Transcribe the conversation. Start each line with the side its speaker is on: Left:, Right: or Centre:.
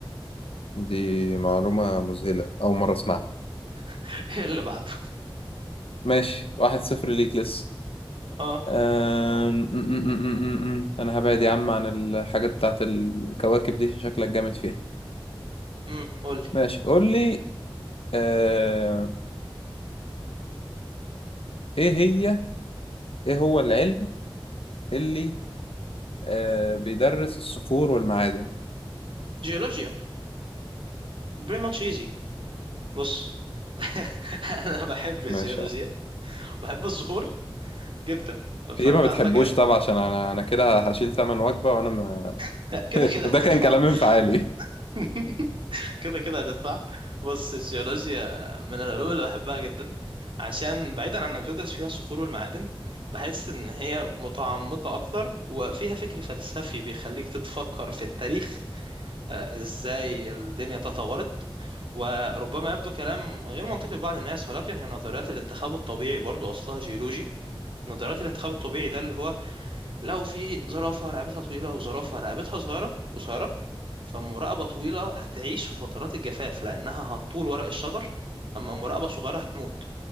Left: دي معلومة مذهلة أول مرة أسمعها
Right: <laughs> إيه اللي بعده
Left: ماشي واحد صفر ليك لسه
Right: اه
Left: أم... م- م- م- م- م. أنا هبعد يا عم عن الحاجات بتاعت الكواكب دي عشان شكلك جامد فيها
Right: امم قولي
Left: ماشي قول لي أه... إيه هي إيه هو العلم اللي أه... بيدرس الصخور والمعادن
Right: جيولوجيا pretty much easy بص <laughs> أنا بحب الجيولوجيا
Left: ماشي يا عم.
Right: بحب الصخور جدا
Left: في
Right: فأنت
Left: إيه ما بتحبوش
Right: عندك علم
Left: طبعا عشان أنا أنا كده هشيل تمن وجبة وأنا ما...
Right: <laughs> لا، كده
Left: <laughs>
Right: كده
Left: وده
Right: هتدفع
Left: كان كلام انفعالي
Right: <laughs> كده كده هتدفع بص الجيولوجيا
Left: <laughs>
Right: من العلوم اللي بحبها جدا عشان بعيدا عن انك بتدرس فيها الصخور والمعادن بحس ان هي متعمقة اكتر وفيها فكر فلسفي بيخليك تتفكر في التاريخ آه، ازاي الدنيا تطورت وربما يبدو كلام غير منطقي لبعض الناس ولكن هي نظريات الانتخاب الطبيعي برضو اصلها جيولوجي نظريات الانتخاب الطبيعي ده اللي هو لو في زرافة رقبتها طويلة وزرافة رقبتها صغيرة قصيرة فالمراقبة طويلة هتعيش في فترات الجفاف لأنها هتطول ورق الشجر أما مراقبة صغيرة هتموت